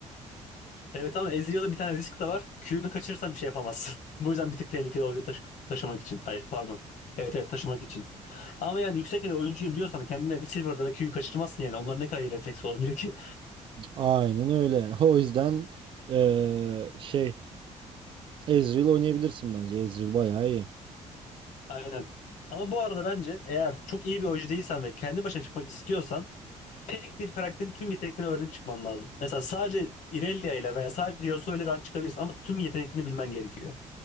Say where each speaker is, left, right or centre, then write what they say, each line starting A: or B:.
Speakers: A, on the left (about 70°); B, on the right (about 40°).
A: Evet ama Ezreal'da bir tane risk de var. Q'nu kaçırırsan bir şey yapamazsın. <laughs> Bu yüzden bir tık tehlikeli oluyor taşı- taşımak için. Hayır pardon. Evet evet taşımak için. Ama yani yüksek ele oyuncuyum diyorsan kendine de Silver'da da Q'yu kaçırmazsın yani. Onların ne kadar iyi refleks olabilir ki?
B: Aynen öyle. <laughs> O yüzden eee, şey Ezreal oynayabilirsin bence. Ezreal bayağı iyi.
A: <laughs> Aynen. Ama bu arada bence eğer çok iyi bir oyuncu değilsen ve kendi başına çıkmak istiyorsan tek bir karakterin tüm yeteneklerini öğrenip çıkman lazım. Mesela sadece Irelia ile veya sadece Yasuo ile rank çıkabilirsin ama tüm yeteneklerini bilmen gerekiyor.